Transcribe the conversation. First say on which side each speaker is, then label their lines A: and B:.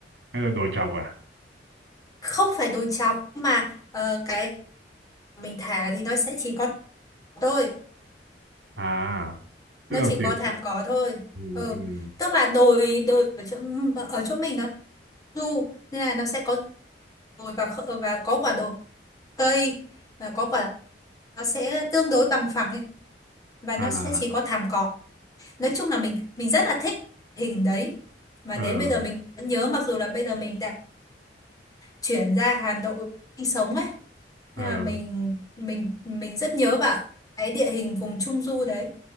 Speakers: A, on the right; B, on the left.
A: hay là đồi chọc à
B: Không phải đồi trọc mà ờ, cái mình thả thì nó sẽ chỉ có thôi.
A: à
B: Nó
A: tức là
B: chỉ có
A: thì,
B: thảm
A: thì
B: cỏ thôi.
A: ừ,
B: Ừ,
A: ừ,
B: tức là đồi đồi ở chỗ ở chỗ mình nó du nên là nó sẽ có đồi và kh- và có quả đồi cây và có quả nó sẽ tương đối bằng phẳng ấy. và
A: à
B: nó sẽ chỉ có thảm cỏ nói chung là mình mình rất là thích hình đấy mà
A: ờ
B: đến bây giờ mình vẫn nhớ mặc dù là bây giờ mình đã chuyển ra Hà Nội sinh sống ấy nhưng
A: ờ
B: mà mình mình mình rất nhớ vào cái địa hình vùng Trung Du đấy